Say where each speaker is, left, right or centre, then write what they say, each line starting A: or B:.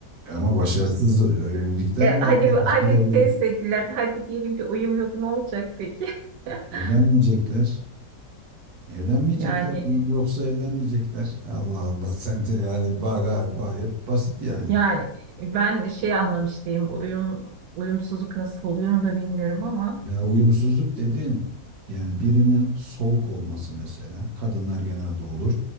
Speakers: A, on the right; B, on the right.
A: ama başarısız e, evlilikler
B: E,
A: vardı.
B: hadi
A: Eskiler
B: hadi
A: ya
B: test ettiler hadi diyelim ki uyum yok ne olacak peki? <laughs>
A: evlenmeyecekler. Evlenmeyecekler.
B: Yani
A: Yoksa evlenmeyecekler. Allah Allah <laughs> sen de yani ba- ga- gayet basit yani.
B: yani ben şey anlamış değilim bu uyum uyumsuzluk nasıl oluyor onu da bilmiyorum ama
A: Ya uyumsuzluk dediğin yani birinin soğuk olması mesela. Kadınlar genelde olur.